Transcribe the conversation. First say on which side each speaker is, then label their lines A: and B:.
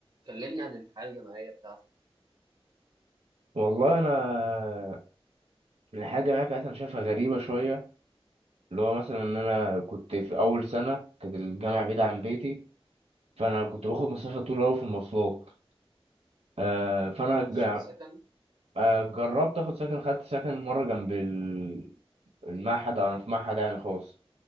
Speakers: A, on the right; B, on the right.
A: كلمني عن الحياة الجامعية بتاعتك
B: والله انا الحاجه الجامعيه بتاعتي انا شايفها غريبه شويه اللي هو مثلا ان انا كنت في اول سنه كانت الجامعه بعيده عن بيتي فانا كنت باخد مسافه طويله قوي في المواصلات آه فانا
A: أنت كنت
B: جا-
A: شايف سكن
B: آه جربت اخد سكن خدت سكن مره جنب ال- المعهد او انا في معهد يعني خاص